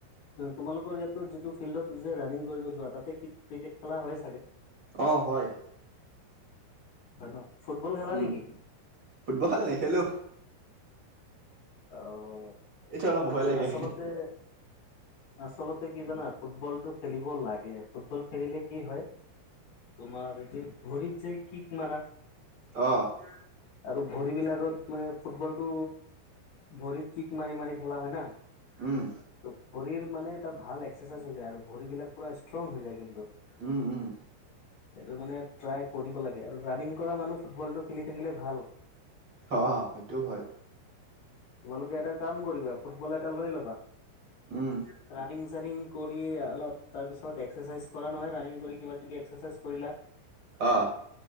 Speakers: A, on the left; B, on the right.
A: তোমালোকৰ ইয়াতো যিটো ফিল্ডত যে ৰানিং কৰিব যোৱা তাতে ক্ৰিকেট খেলা হয় চাগে।
B: অ' হয়।
A: হয় ফুটবল খেল
B: উম।
A: নেকি?
B: ফুটবল নেখেলোঁ।
A: আৰু।
B: এইটো অলপ ভয় লাগে
A: আচলতে। আচলতে কি জানা? ফুটবলটো খেলিব লাগে ফুটবল খেলিলে কি হয়। তোমাৰ এই যে ভৰিত যে কিক মাৰা।
B: অ'
A: আৰু ভৰিবিলাকত মানে ফুটবলটো। ভৰিত কিক মাৰি - মাৰি খেলা হয় ন।
B: উম।
A: তভৰিৰ মানে এটা ভাল এক্সাৰচাইজ হৈ যায় আৰু ভৰি বিলাক পুৰা ষ্ট্ৰং হৈ যায় কিন্তু।
B: উম উম।
A: এইটো মানে ট্ৰাই কৰিব লাগে আৰু ৰানিং কৰা মানুহ ফুটবলটো খেলি থাকিলে ভাল। <inaudible>
B: অ' সেইটো হয়।
A: তোমালোকে এটা কাম কৰিবা ফুটবল এটা লৈ ল'বা।
B: উম।
A: ৰানিং - চানিং কৰি অলপ তাৰপিছত এক্সাৰচাইজ কৰা নহয় ৰানিং কৰি কিবা - কিবি এক্সাৰচাইজ কৰিলা। উ <unintelligible>
B: অঁ।